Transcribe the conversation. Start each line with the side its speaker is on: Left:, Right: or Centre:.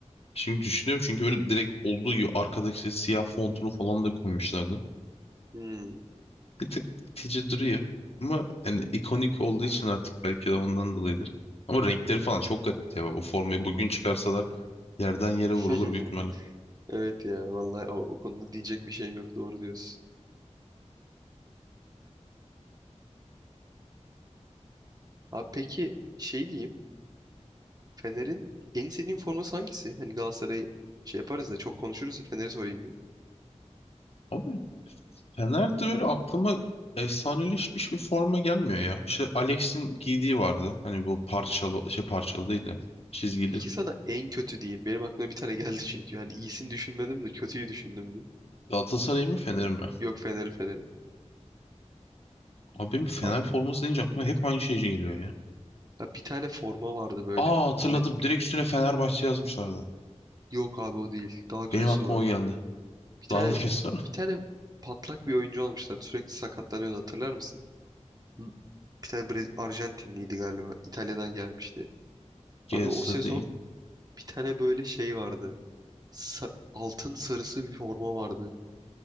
Left: Şimdi düşünüyorum çünkü böyle direkt olduğu gibi arkadaki işte siyah fontunu falan da koymuşlardı.
Right: Hmm.
Left: Bir tık itici duruyor. Ama yani ikonik olduğu için artık belki de ondan dolayıdır. Ama renkleri falan çok garipti ya. O formayı bugün çıkarsalar yerden yere vurulur
Right: <laughs>
Left: büyük ihtimalle.
Right: Evet ya vallahi o, o konuda diyecek bir şeyim yok doğru diyorsun. Abi peki şey diyeyim. Fener'in en sevdiğin forması hangisi? Hani Galatasaray şey yaparız da çok konuşuruz da Fener'e sorayım bir.
Left: Abi Fener'de böyle aklıma efsaneleşmiş bir forma gelmiyor ya. İşte Alex'in giydiği vardı. Hani bu parçalı şey parçalı değil de çizgili
Right: Peki sana en kötü diyeyim. Benim aklıma bir tane geldi çünkü. Hani iyisini düşünmedim de kötüyü düşündüm bir.
Left: Galatasaray mı Fener mi?
Right: Yok Fener'i Fener'i.
Left: Abi benim Fener
Right: Abi,
Left: forması deyince aklıma hep aynı şey geliyor ya.
Right: abi bir tane forma vardı böyle.
Left: Aa hatırladım.
Right: Hani
Left: Direkt üstüne Fenerbahçe yazmışlardı.
Right: Yok abi o değil. Daha kötüsü
Left: Benim aklıma
Right: var.
Left: o geldi.
Right: Bir tane
Left: Daha da kötü var. mı?
Right: bir tane patlak bir oyuncu almışlardı. Sürekli sakatlanıyordu hatırlar mısın? Hı. Bir tane Brez Arjantinliydi galiba. İtalya'dan gelmişti.
Left: Gelse
Right: Abi o sezon
Left: <laughs> değil.
Right: bir tane böyle şey vardı. Sa- altın sarısı bir forma vardı.